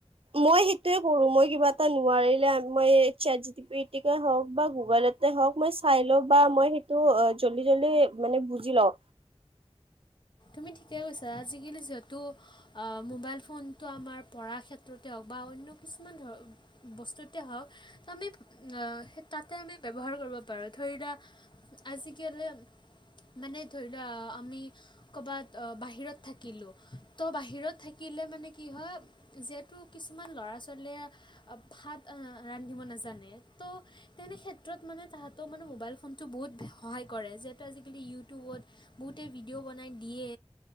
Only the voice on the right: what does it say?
মই সেইটোৱে কৰো। মই কিবা এটা নোৱাৰিলে মই ছেট জী পি টি হওঁক বা গগুলতে হওক মই চাই লও বা মই সেইটো অ জল্দি জল্দি মানে বুজি লওঁ।